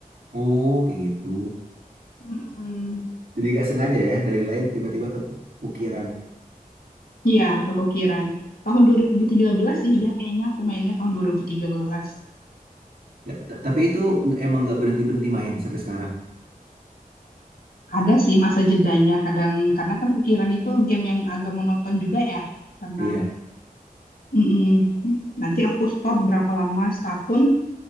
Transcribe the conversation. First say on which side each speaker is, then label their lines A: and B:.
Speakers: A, on the right (about 80°); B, on the left (about 85°).
A: Oh, kayak gitu.
B: Mm-mm.
A: Jadi gak sengaja ya dari lain tiba-tiba ke ukiran.
B: Iya, tahu kukiran. Tahun 2013 sih ya kayaknya aku mainnya tahun 2013.
A: Nggak- t- tapi itu nggak- emang gak berhenti berhenti main sampai sekarang.
B: Ada sih masa jedanya kadang karena kan kukiran itu game yang agak monoton juga ya. Karena
A: Iya.
B: mm-mm. Nanti aku stop berapa lama setahun